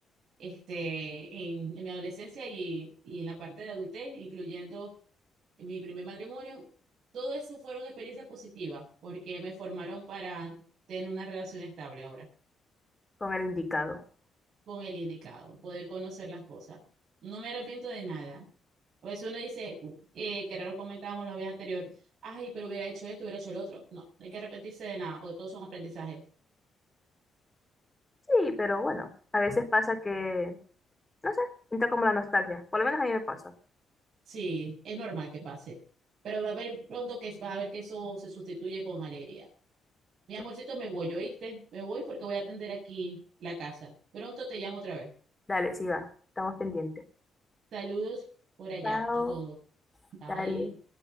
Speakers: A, on the right (about 65°); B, on the left (about 15°).
A: este, en, en mi adolescencia y, y en la parte de adultez, incluyendo en mi primer matrimonio, todo eso fueron experiencias positivas porque me formaron para tener una relación estable ahora
B: Con el indicado.
A: con el indicado, poder conocer las cosas. No me arrepiento de nada. A veces uno dice, eh, que era lo comentábamos la vez anterior, ay, pero hubiera hecho esto, hubiera hecho lo otro. No, no hay que arrepentirse de nada porque todos son aprendizajes.
B: Sí, pero bueno. A veces pasa que, no sé, entra como la nostalgia. Por lo menos a mí me pasa.
A: Sí, es normal que pase, pero va a haber pronto que vas a ver que eso se sustituye con alegría. Mi amorcito,
B: Sí.
A: me voy, ¿oíste? Me voy porque voy a atender aquí la casa. Pronto te llamo otra vez.
B: Dale, sí va. Estamos pendientes.
A: Saludos por allá
B: Chao.
A: a todos. Bye.
B: Dale.